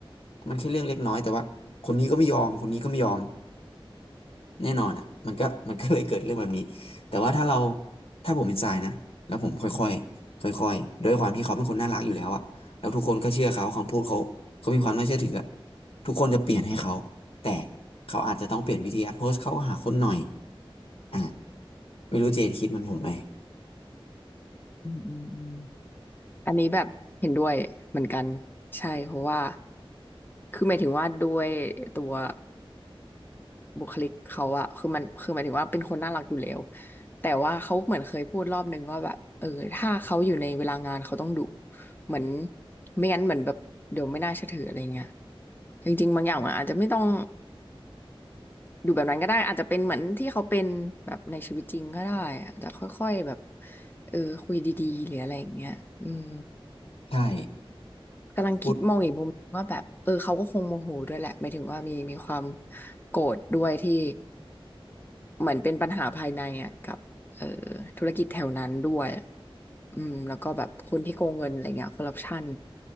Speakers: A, on the left; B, on the left.
A: มันแค่เรื่องเล็กน้อยแต่ว่าคนนี้ก็ไม่ยอมคนนี้ก็ไม่ยอม แน่นอนอ่ะมันก็ <laughs> มันก็เลยเกิดเรื่องแบบนี้แต่ว่าถ้าเราถ้าผมเป็นทรายนะแล้วผมค่อยๆค่อยๆด้วยความที่เขาเป็นคนน่ารักอยู่แล้วอ่ะแล้วทุกคนก็เชื่อเขาคำพูดเขาเขามีความน่าเชื่อถืออะทุกคนจะเปลี่ยนให้เขาแต่เขาอาจจะต้องเปลี่ยนวิธีการโพสต์เข้าหาคนหน่อยอ่ะไม่รู้เจนคิดเหมันผมไหม
B: อืมอืมอืมอันนี้แบบเห็นด้วยเหมือนกันใช่เพราะว่าคือหมายถึงว่าด้วยตัวบุคลิกเขาอะคือมันคือหมายถึงว่าเป็นคนน่ารักอยู่แล้วแต่ว่าเขาเหมือนเคยพูดรอบนึงว่าแบบเออถ้าเขาอยู่ในเวลางานเขาต้องดุเหมือนไม่งั้นเหมือนแบบเดี๋ยวไม่น่าเชื่อถืออะไรเงี้ยจริงๆบางอย่างมันอาจจะไม่ต้องดูแบบนั้นก็ได้อาจจะเป็นเหมือนที่เขาเป็นแบบในชีวิตจริงก็ได้อาจจะค่อยๆแบบเออคุยดีๆหรืออะไรอย่างเงี้ยอืม
A: ใช่
B: กำลังคิดมองอีกมุมหนึ่งว่าแบบเออเขาก็คงโมโหด้วยแหละหมายถึงว่ามีมีความ
A: พูด
B: โกรธด้วยที่เหมือนเป็นปัญหาภายในอ่ะกับเออธุรกิจแถวนั้นด้วยอืมแล้วก็แบบคนที่โกงเงินอะไรเงี้ยคอร์รัปชัน